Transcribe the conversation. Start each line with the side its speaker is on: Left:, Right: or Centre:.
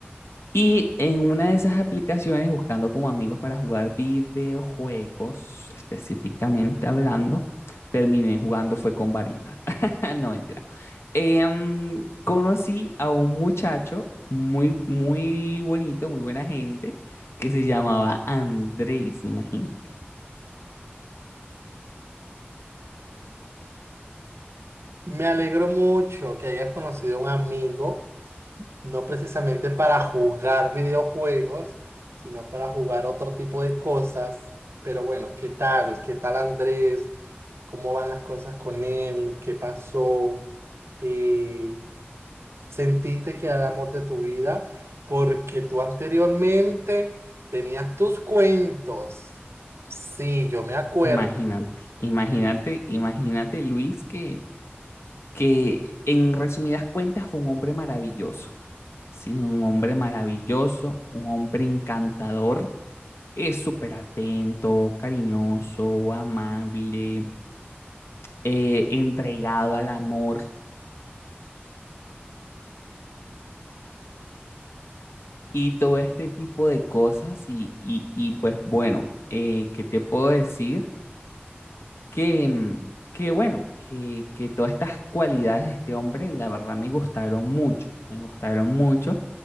Left: Y en una de esas aplicaciones, buscando como amigos para jugar videojuegos, específicamente hablando, terminé jugando fue con varitas. <laughs> No, mentira. Em, conocí a un muchacho muy, muy bonito, muy buena gente, que se llamaba Andrés, imagínate.
Right: Me alegro mucho que hayas conocido a un amigo, no precisamente para jugar videojuegos, sino para jugar otro tipo de cosas. Pero bueno, ¿qué tal? ¿Qué tal Andrés? ¿Cómo van las cosas con él? ¿Qué pasó? Eh, Sentiste que era el amor de tu vida porque tú anteriormente tenías tus cuentos. Sí, yo me acuerdo.
Left: Imagínate, imagínate, imagínate Luis que, que en resumidas cuentas fue un hombre maravilloso, ¿sí? Un hombre maravilloso, un hombre encantador, es súper atento, cariñoso, amable, eh, entregado al amor y todo este tipo de cosas y, y, y pues bueno, eh, ¿qué te puedo decir? que, mm, que bueno, que, que todas estas cualidades de este hombre, la verdad, me gustaron mucho, me gustaron mucho.